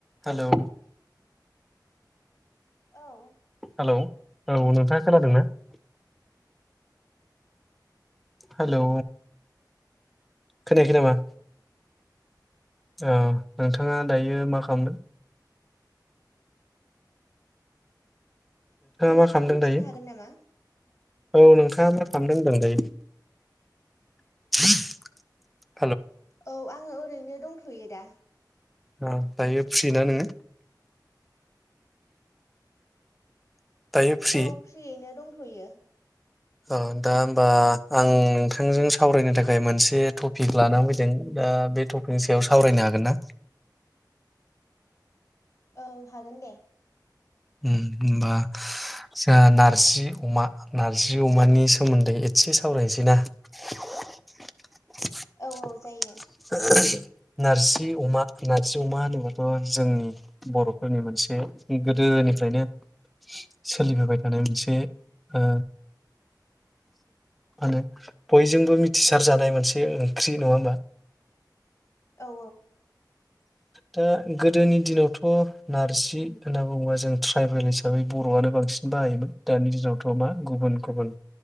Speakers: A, in the centre; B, on the left.
A: Hello
B: औ।
A: Hello औ नोंथाङा खोनादों ना? हेलौ खोनायाखै नामा? ओ नोंथाङा दायो मा खामदों?
B: नोंथाङा
A: मा खालामदों
B: बुंफिननो
A: दायो
B: हागोन नामा?
A: औ नोंथाङा मा खामदों होनदों दायो? <inaudible>
B: औ आङो ओरैनो दंथ'यो दा।
A: आ दायो फ्रि ना नोङो? दायो फ्रि
B: औ फ्रियैनो दं थ'यो।
A: अ दा होमबा आं नोंथांजों सावरायनो थाखाय मोनसे थपिक लानानै फैदों दा बे थपिकनि सायाव सावरायनो हागोन ना?
B: औ हागोन दे।
A: ओम होमबा आदसा नार जि अमा नार्जि अमानि सोमोन्दै एसे सावरायनोसै ना? <inaudible>
B: औ औ जायो
A: नारजि अमा नारजि अमा होनोबाथ' जोंनि बर'फोरनि मोनसे गो दोनिफ्रायनो सोलिबोबाय थानाय मोनसे ओ मा होनो? बयजोंबो मिथिसार जानाय मोनसे ओंख्रि। नङा होमबा?
B: अ
A: दा गोदोनि दिनावथ' नारजि होनना बुङोबा जों ट्राइबेल हिसाबै बर'आनो बांसिन बाहायोमोन दानि दिनावथ' मा गुबुन गुबुन